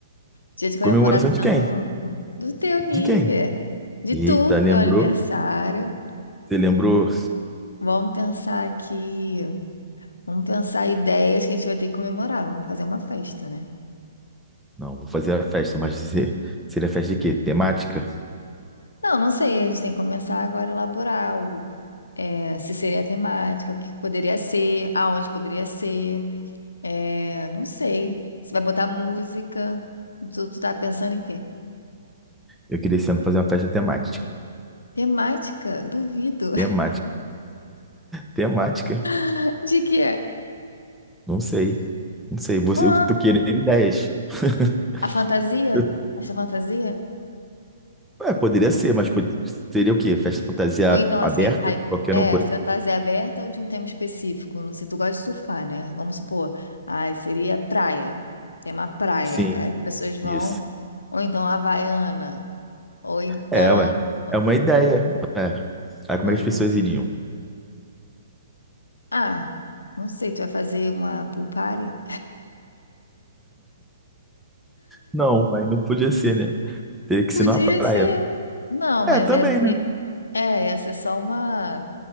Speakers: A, on the left; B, in the centre.
A: dia de comemoração
B: Comemoração de quem?
A: do teu nível,
B: De quem?
A: de
B: Eita,
A: tu,
B: lembrou?
A: teu aniversário.
B: Você lembrou?
A: Vamos pensar aqui, vamos pensar ideias que a gente vai ter que comemorar. Vamos fazer uma festa, né?
B: Não, vou fazer a festa, mas você- seria festa de quê? Temática?
A: Não, não sei. A gente tem que começar agora a elaborar o, é, se seria a temática, o que poderia ser, aonde poderia ser. É, não sei. Você vai botar música? Tu, tu tá pensando em quê?
B: Eu queria esse ano fazer uma festa temática.
A: Temática? Duvido.
B: Temática. Temática?
A: <laughs> De quê?
B: Não sei. Não sei. Você,
A: Ah,
B: eu tô querendo ideias. <laughs>
A: A fantasia?
B: Eu-
A: Essa fantasia?
B: é, poderia ser, mas pod- seria o quê? Festa fantasia
A: Ou então, ah,
B: aberta?
A: assim, mas
B: Qualquer
A: é
B: um pode.
A: fantasia aberta ou de um tema específico? Não sei, tu gosta de surfar, né? Vamos supor. Ai, seria praia. Tema praia.
B: Sim,
A: Aí as pessoas vão.
B: isso.
A: Ou então Havaiana. Ou então.
B: É, ué.
A: Ou,
B: É uma ideia. ué. Aí como
A: ou-
B: é que as pessoas iriam?
A: ah, não sei, tu vai fazer uma pool party?
B: Não, mas não podia ser, né? Teria que
A: Podia
B: ser numa praia.
A: ser. Não, mas
B: É, também,
A: ia ser,
B: né?
A: é, ia ser só uma,